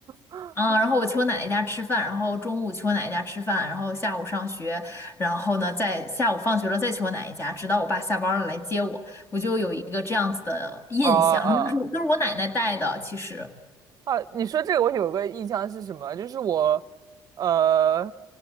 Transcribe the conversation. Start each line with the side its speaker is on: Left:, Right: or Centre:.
Right: <laughs>
Left: 嗯，然后我去我奶奶家吃饭，然后中午去我奶奶家吃饭，然后下午上学，然后呢，在下午放学了再去我奶奶家，直到我爸下班了来接我，我就有一个这样子的印象。
Right: 哦哦。
Left: 然后当时都是我奶奶带的，其实，
Right: 啊，你说这个我有个印象是什么？就是我，呃，